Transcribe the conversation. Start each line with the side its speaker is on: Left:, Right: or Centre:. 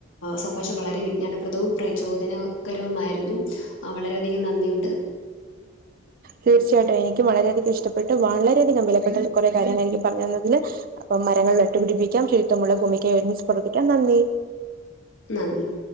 Left: സംഭാഷണം- വളരെ വിജ്ഞാനപ്രദവും, പ്രചോദനകരവുമായിരുന്നു. ആഹ, വളരെയധികം നന്ദിയുണ്ട്.
Right: തീർച്ചയായിട്ടും എനിക്ക്- വളരെയധികം ഇഷ്ടപ്പെട്ടു- വളരെയധികം വിലപ്പെട്ട കുറെ- കാര്യങ്ങൾ എനിക്ക് പറഞ്ഞു- തന്നതിന്. അപ്പം മരങ്ങൾ നട്ടുപിടിപ്പിക്കാം, ശുചിത്വമുള്ള ഭൂമിക്കായ്- ഒരുമിച്ച് പ്രവർത്തിക്കാം, നന്ദി.. !
Left: നന്ദി.. !